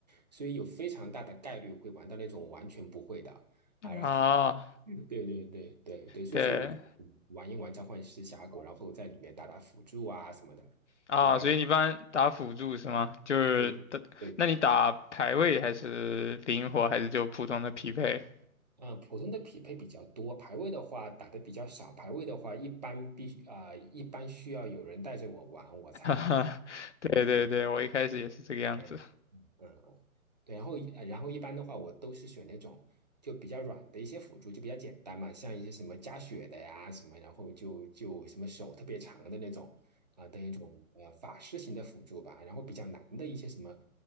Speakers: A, on the right; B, on the left.
A: 所以有非常大的概率会玩到那种我完全不会的啊，然
B: 啊，
A: <laughs> 对对对对对，所以说我嗯玩一玩召唤师峡谷，
B: 对，
A: 然后在里面打打辅助啊什么的，
B: 啊，
A: 对，大概。
B: 所以你一般打辅助是吗？就是打，
A: 对对。
B: 那你打排位还是灵活，还是就普通的匹配？
A: 嗯，普通的匹配比较多，排位的话打的比较少。排位的话，一般必啊、一般需要有人带着我玩，我才够。
B: <laughs> 哈哈，对对对，
A: 练
B: 我一开始也是这个样子。
A: 练嗯，嗯对。然后呃然后一般的话，我都是选那种就比较软的一些辅助，就比较简单嘛，像一些什么加血的呀什么，然后就就什么手特别长的那种啊、的那种呃法师型的辅助吧。然后比较难的一些什么